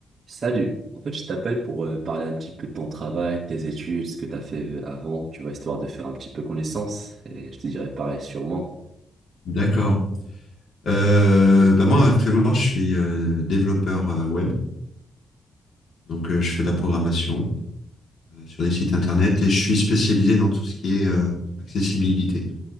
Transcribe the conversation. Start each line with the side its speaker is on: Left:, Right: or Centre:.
Right: Salut. En fait, je t'appelle pour euh, parler un petit peu de ton travail, tes études, ce que tu as fait v- avant, tu vois, histoire de faire un petit peu connaissance. Et je te dirai pareil sûrement.
Left: D'accord. Euh, bah moi, actuellement, je suis euh, développeur euh, web. Donc, euh, je fais de la programmation euh, sur des sites internet et je suis spécialisé dans tout ce qui est euh, accessibilité.